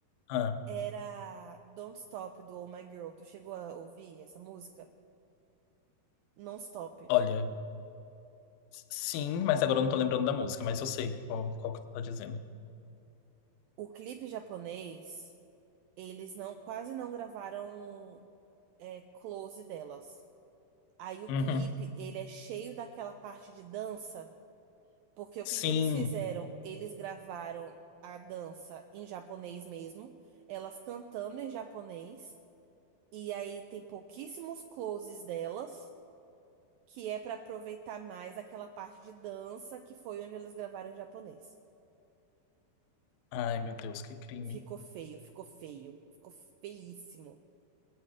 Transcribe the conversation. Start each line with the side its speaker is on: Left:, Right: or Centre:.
Left: Ah,
Right: Era Don't Stop do Oh My Girl. Tu chegou a ouvir essa música? Non Stop.
Left: olha. Sim, mas agora eu não tô lembrando da música, mas eu sei qual, qual que tu tá dizendo.
Right: O clipe japonês, eles não quase não gravaram é, close delas. Aí o
Left: Uhum.
Right: clipe, ele é cheio daquela parte de dança. Porque o que
Left: Sim.
Right: que eles fizeram? Eles gravaram a dança em japonês mesmo, elas cantando em japonês, e aí tem pouquíssimos closes delas, que é pra aproveitar mais aquela parte de dança que foi onde elas gravaram em japonês.
Left: Ai, meu Deus, que crime.
Right: Ficou feio, ficou feio, ficou feíssimo,